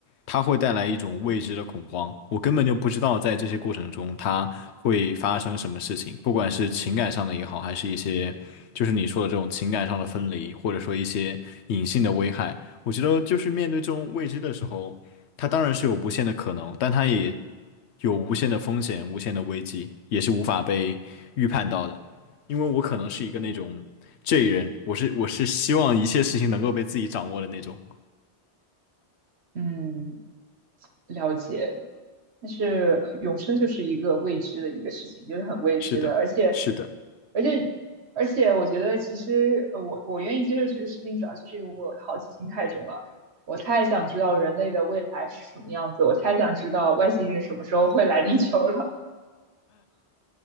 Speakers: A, on the left (about 80°); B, on the right (about 75°).
A: 它会带来一种未知的恐慌。我根本就不知道在这些过程中它会发生什么事情，不管是情感上的也好，还是一些就是你说的这种情感上的分离，或者说一些隐性的危害。我觉得就是面对这种未知的时候。它当然是有无限的可能，但它也有无限的风险、无限的危机，也是无法被预判到的。因为我可能是一个那种 J 人，我是我是希望一切事情能够被自己掌握的那种。
B: 嗯。了解，但是呃永生就是一个未知的一个事情，就是很未知的，
A: 是的，
B: 而且，
A: 是的，
B: 而且，而且，我觉得其实呃我我愿意接受这个事情，主要就是因为我好奇心太重了，我太想知道人类的未来是什么样子，我太想知道外星人什么时候会来地球了。<laughs>